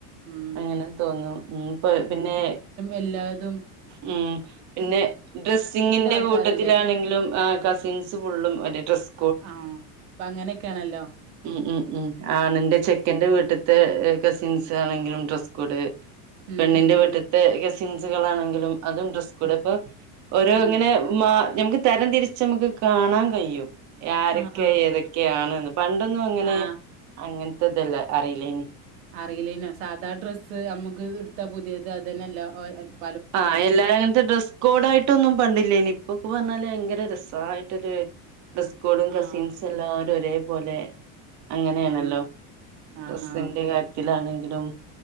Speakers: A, on the right (about 75°); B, on the right (about 40°).
A: ഉം
B: അങ്ങനെ തോന്നും ഉം പിന്നെ.
A: എല്ല ഇതും
B: ഉം പിന്നെ ഡ്രെസ്സിങ്ങിന്റെ
A: ആൾക്കാരല്ലേ
B: കൂട്ടത്തിലാണെങ്കിലും കസിൻസ് ഫുള്ളും അല്ല ഡ്രസ്
A: ആഹ് ഇപ്പ അങ്ങനെക്കേണൊല്ലോ
B: ഉം ഉം ഉം ആണിന്റെ ചെക്കൻന്റെ വീട്ട്ത്തെ കസിൻസ് ആണെങ്കിലും ഡ്രസ് കോഡ്.
A: ഉം
B: പെണ്ണിന്റെ
A: ഉം ഉം
B: വീട്ടിത്തെ കെസിൻസുകളാണെങ്കിലും അതും ഡ്രസ്സ് കോടെ.
A: ഉം
B: അപ്പോ ഓരോ
A: ഉം
B: ഇങ്ങനെ മ ഞമക്ക് തരം തിരിച്ച് നമുക്ക് കാണാൻ കഴിയും. ആരെക്കെ
A: ആഹ് ആഹ്
B: ഏതൊക്കെ ആണ്ന്ന്. പണ്ടൊന്നും അങ്ങനെ.
A: ആഹ്
B: അങ്ങൻത്തെ ഇതല്ല അറീല്ലേനി
A: അറീല്ലേനു സാധാ ഡ്രസ്സ് അമ്മക്ക് ഇട്ത്താ പുത്യേത് അതന്നെയല്ലാ ഒരോ
B: ആഹ് എല്ലാരും അങ്ങൻത്തെ ഡ്രസ് കോഡായിട്ടൊന്നും പണ്ടില്ലേനി. ഇപ്പൊക്കെ പറഞ്ഞാല് ഭയങ്കര രസ യിട്ടരു ഡ്രസ് കോഡും കസിൻസ്
A: ആഹ്
B: എല്ലാരും ഒരേപോലെ അങ്ങനേണല്ലോ
A: ഉം ആഹ്
B: ഡ്രസ്സിന്റെ
A: ആഹ്
B: കാര്യ ത്തിലാണെങ്കിലും